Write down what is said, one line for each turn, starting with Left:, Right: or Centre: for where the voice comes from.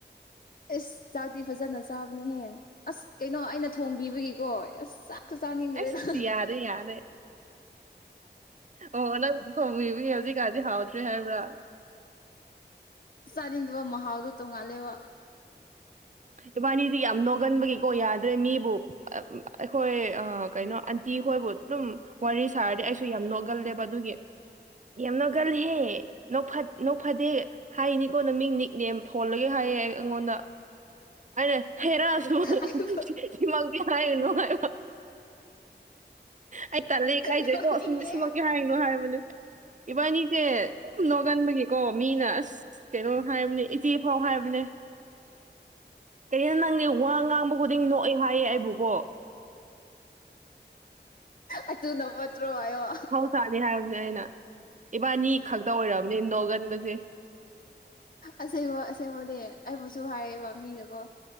Left: ꯑꯦꯁ ꯆꯥꯛꯇꯤ ꯐꯖꯅ ꯆꯥꯕꯅꯤꯍꯦ ꯑꯁ ꯀꯩꯅꯣ ꯑꯩꯅ ꯊꯣꯡꯕꯤꯕꯒꯤꯀꯣ ꯑꯁ ꯆꯥ ꯀ ꯆꯥꯅꯤꯡꯗ꯭ꯔꯦꯗ
Right: ꯑꯁ ꯌꯥꯔꯦ ꯌꯥꯔꯦ ꯑꯣ ꯅꯪ ꯊꯣꯡꯕꯤꯕꯒꯤ ꯍꯧꯖꯤꯛꯀꯥꯟꯗꯤ ꯍꯥꯎꯇ꯭ꯔꯦ ꯍꯥꯢꯕ꯭ꯔꯥ
Left: ꯆꯥꯅꯤꯡꯗꯨꯕ ꯃꯍꯥꯎꯗꯣ ꯇꯣꯡꯉꯥꯜꯂꯦꯕ
Right: ꯏꯕꯥꯅꯤꯖꯤ ꯌꯥꯝ ꯅꯣꯛꯒꯟꯕꯒꯤꯀꯣ ꯌꯥꯗ꯭ꯔꯦ ꯃꯤꯕꯨ ꯑ ꯎꯝ ꯑ ꯑꯩꯈꯣꯢ ꯑ ꯀꯩꯅꯣ ꯑꯟ ꯇꯤꯍꯣꯢꯕꯨ ꯑꯗꯨꯝ ꯋꯥꯔꯤ ꯁꯥꯔꯗꯤ ꯑꯩꯁꯨ ꯌꯥꯝ ꯅꯣꯒꯜꯂꯦꯕ ꯑꯗꯨꯒꯤ ꯌꯥꯝ ꯅꯒꯜꯂꯤꯍꯦ ꯅꯣꯛꯐꯠ ꯅꯣꯛꯐꯗꯦ ꯍꯥꯢꯅꯤꯀꯣ ꯅꯃꯤꯡ ꯅꯤꯛꯅꯦꯝ ꯊꯣꯜꯂꯒꯦ ꯍꯥꯢꯌꯦ ꯑꯩꯉꯣꯟꯗ ꯑꯩꯅ ꯍꯦꯔꯁꯨ
Left: ꯑꯩꯕꯨ
Right: ꯁꯤ ꯁꯤꯃꯛꯗꯤ ꯍꯥꯢꯒꯅꯨ ꯍꯥꯢꯕ ꯑꯩ ꯇꯜꯂꯤ ꯏꯀꯥꯢꯖꯩꯀꯣ
Left: ꯅꯣꯛꯅꯤꯡꯉꯦ
Right: ꯑꯁ ꯃꯁꯤꯃꯛꯀꯤ ꯍꯥꯢꯒꯅꯣ ꯍꯥꯢꯕꯅꯦ ꯏꯕꯥꯅꯤꯖꯦ ꯗꯨꯝ ꯅꯣꯒꯟꯕꯒꯤꯀꯣ ꯃꯤꯅ ꯑꯁ ꯀꯩꯅꯣ ꯍꯥꯢꯕꯅꯦ ꯏꯆꯤ ꯐꯧ ꯍꯥꯢꯕꯅꯦ ꯀꯩꯅꯣ ꯅꯪꯗꯤ ꯋꯥ ꯉꯥꯡꯕ ꯈꯨꯗꯤꯡ ꯅꯣꯛꯑꯦ ꯍꯥꯢꯌꯦ ꯑꯩꯕꯨ ꯀꯣ
Left: ꯑꯗꯨꯅ ꯐꯠꯇ꯭ꯔꯣ ꯍꯥꯢꯌꯣ
Right: ꯁꯥꯥꯅꯤ ꯍꯥꯢꯔꯕꯅꯦ ꯑꯩꯅ ꯏꯕꯥꯅꯤ ꯈꯛꯇ ꯑꯣꯢꯔꯝꯅꯤ ꯅꯣꯛꯒꯟꯕꯁꯦ
Left: ꯑꯁꯦꯡꯕ ꯑꯁꯦꯡꯕꯗꯤ ꯑꯩꯕꯨꯁꯨ ꯍꯥꯢꯌꯦꯕ ꯃꯤꯅꯀꯣ